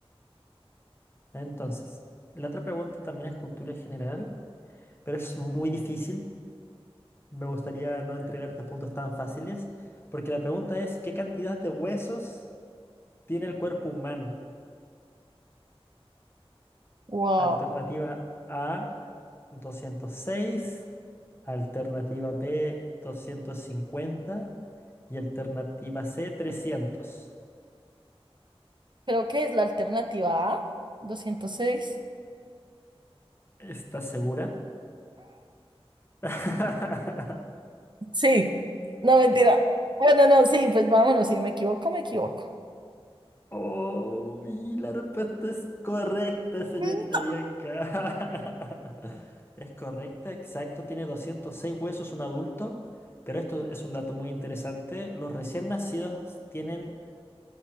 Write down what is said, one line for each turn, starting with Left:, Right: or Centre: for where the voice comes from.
Left: Entonces, la otra pregunta también es cultura general, pero es muy difícil. Me gustaría no entregarte puntos tan fáciles, porque la pregunta es, ¿qué cantidad de huesos? tiene el cuerpo humano?
Right: Wow.
Left: Alternativa A, 206. alternativa B, 250. y alternativa C, 300.
Right: Creo que es la alternativa A, 206.
Left: ¿Estás segura? <laughs>
Right: Sí, no mentira. Bueno, no, sí, pues vámonos, si me equivoco, me equivoco.
Left: Oh, y la respuesta es correcta, señorita
Right: Mm.
Left: Bianca. <laughs> Es correcta, exacto. Tiene 206 huesos un adulto, pero esto es un dato muy interesante. Los recién nacidos tienen